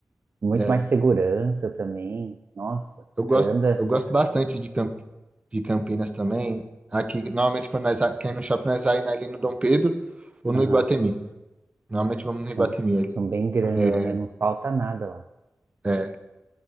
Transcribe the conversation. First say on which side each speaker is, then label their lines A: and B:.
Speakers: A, on the right; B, on the right.
A: Muito
B: É,
A: mais segurança também. Nossa,
B: eu
A: você
B: gosto,
A: anda.
B: eu gosto bastante de, Camp, de Campinas também. Aqui, normalmente, quando nós a- quer ir no shopping, nós vai ali no Dom Pedro ou no
A: Aham,
B: Iguatemi. Normalmente vamos
A: são,
B: no Iguatemi ali.
A: são bem grandes,
B: É,
A: né? Não falta nada lá.
B: é,